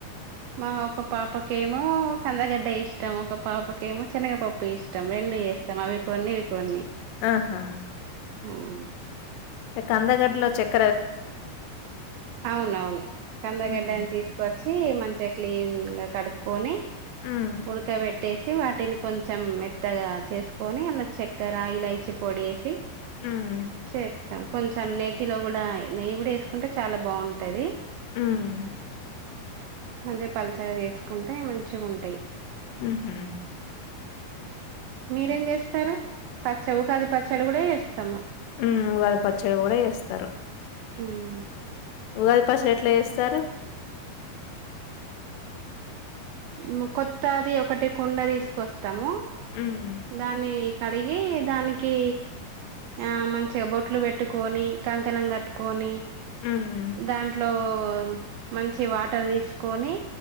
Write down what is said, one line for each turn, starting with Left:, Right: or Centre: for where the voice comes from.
Right: మా ఒక పాపకేమో కందగడ్డ ఇష్టము ఒక పాపకేమో చెనగ పప్ప్ ఇష్టం రెండ్ ఏస్తం అవి కొన్ని ఇవి కొన్ని
Left: ఆహా
Right: ఉమ్
Left: తె కందగడ్లో చెక్
Right: అవునవును కందగడ్డని
Left: హుహు.
Right: తీసుకో చ్చి మంచిగా క్లీన్ గా కడుక్కొని
Left: హ్మ్.
Right: ఉడకబెట్ ట్టేసి వాటిని కొంచెం మెత్తగా చేసుకొని అందు చెక్కెర ఇలయిచి పొడి యెసి
Left: హ్మ్.
Right: చేస్తాం కొంచెం నేతిలో గూడా నెయ్యి గూడా యెసుకుంటే చాలా బావుంటది
Left: ఉమ్మ్మ్
Right: మంచిగ పలసాగ చేసుకుంటే మంచిగుంటయ్
Left: హ్మ్ హు
Right: మీరేం చేస్తరు పచ్చవు ఉగాది పచ్చడి గూడా చేస్తము
Left: ఉమ్ ఉగాది పచ్చడి గూడా చెస్తరు
Right: మ్
Left: ఉగాది పచ్చడి ఎట్ల చెస్తరు
Right: మ్ కొత్త అది ఒకటి కుండ తీసుకొస్తము
Left: హ్మ్.
Right: దాన్ని కడిగీ దానికీ ఆహ్ మంచిగ బొట్లు వెట్టుకొని కంకణం గట్టుకొని
Left: హ్మ్.
Right: దాంట్లో మంచి వాటర్ తీసుకొని